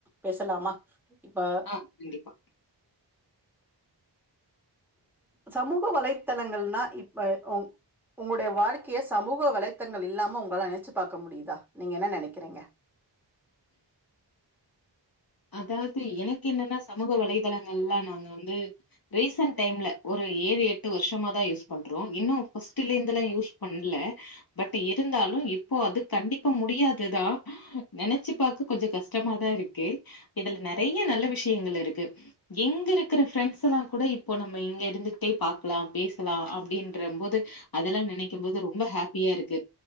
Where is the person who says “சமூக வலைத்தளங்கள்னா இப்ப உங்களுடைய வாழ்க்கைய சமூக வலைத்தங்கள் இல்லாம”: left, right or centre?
Centre